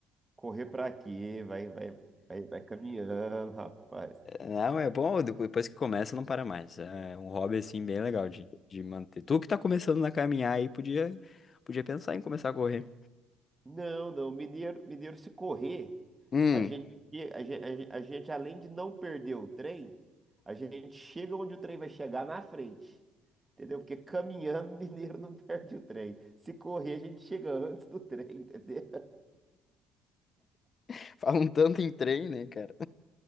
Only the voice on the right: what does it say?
Correr pra quê? Vai, vai, vai, vai caminhando, rapaz.
Não, não, mineiro, mineiro se correr,
a gente, a gente, a gente, a gente, além de não perder o trem, a gente chega onde o trem vai chegar na frente. Entendeu? Porque caminhando, mineiro não <laughs> perde o trem. Se correr, a gente chega antes do trem, entendeu?